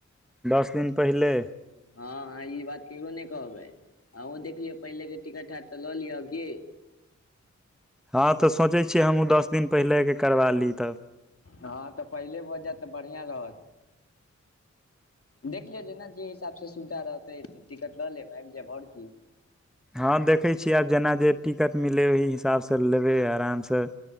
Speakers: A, in the centre; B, on the left (about 50°).
A: दस दिन पहिले
B: हँ अहाँ ई बात केकरो नहि कहबै ऑंहू दे पहिले के टिकट हैत त ल लिअ कि
A: हँ त सोचै छियै हमहूँ दस दिन पहिलेके करबा ली त
B: हँ त पहिले भ जैत त बढ़िआँ रहत देख लियौ जेना जे हिसाबस सुविधा रहतै त टिकट ल लेब आबि जायब और कि
A: हँ देखै छियै आब जेना जे टिकट मिलै ओही हिसाबस लेबै आरामस